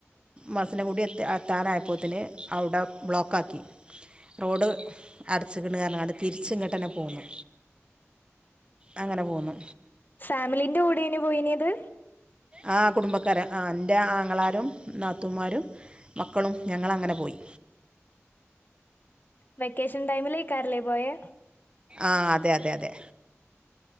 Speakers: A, on the right; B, on the left.
A: മസിന കൂടി എത്താനായപ്പോത്തന് അവിടെ ബ്ലോക്ക ആാക്കി റോഡ് അടച്ചിക്കിണ്ന്ന് റിങ്ങണ്ട് തിരിച്ച ഇങ്ങോട്ട് ന്നെ പോന്നു അങ്ങനെ പോന്നു
B: ഫാമിലിന്റെ കൂടെന് പോയിനത്
A: ആഹ് കുടുംബക്കാരെ ആഹ് എൻ്റെ ആങ്ങളാരും നാത്തൂമാരും മക്കളും ഞങ്ങളങ്ങനെ പോയി
B: വെക്കേഷൻ ടൈമിലേക്കരലേ പോയേ
A: ആഹ് അതെ അതെ അതെ